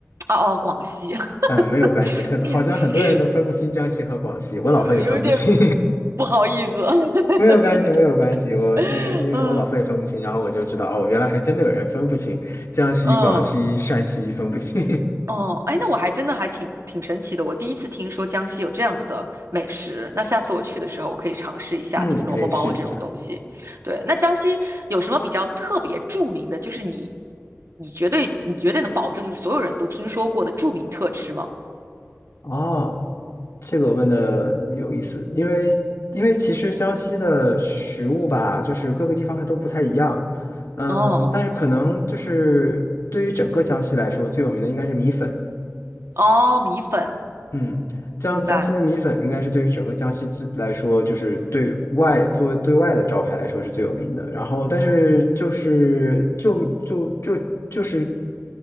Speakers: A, on the right (about 60°); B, on the left (about 65°).
A: 哦哦，广西，
B: 嗯，没有关系，
A: <laughs>
B: 很好像很多人都分不清江西和广西，我老婆也分不清，
A: 呃，有一点不好意思，<laughs>
B: <laughs> 没有关系，没有关系，我因为因为我老婆也分不清，
A: 嗯
B: 然后我就知道哦，原来还真的有人分不清江西、
A: 嗯。
B: 广西、山西分不清，
A: 哦，哎，那我还真的还挺挺神奇的，我第一次听说江西有这样子的美食，那下次我去的时候我可以尝试一下，
B: <laughs> 嗯，
A: 就是萝卜包这种东西。
B: 可以试一下。
A: 对，那江西有什么比较特别著名的，就是你你绝对你绝对能保证就是所有人都听说过的著名特吃吗？
B: 哦，这个问的有意思，因为因为其实江西的食物吧，就是各个地方还都不太一样，嗯，
A: 哦
B: 但是可能就是对于整个江西来说，最有名的应该是米粉。
A: 哦，米粉，
B: 嗯，江江西的米粉应该是对于整个江西最来说，
A: 明白，
B: 就是对外作为对外的招牌来说是最有名的。然后，但是就是就就就就是